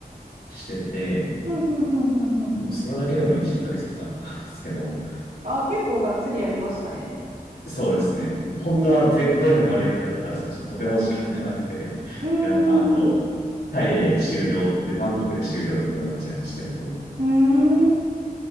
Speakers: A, on the left (about 85°); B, on the right (about 70°).
A: してて、
B: ふんふんふんふんふん。
A: もうそれだけでも1、2ヶ月かかったんですけど、
B: あ、結構がっつりやりましたね。
A: そうですね。本当はぜ全部回る予定だったんですけど、
B: うん。
A: ちょっととても時間がなくて、
B: うー
A: いやあの、
B: ん。う
A: タイで終了って、バンコクで終了ってことになっちゃいましたけど、
B: ーん。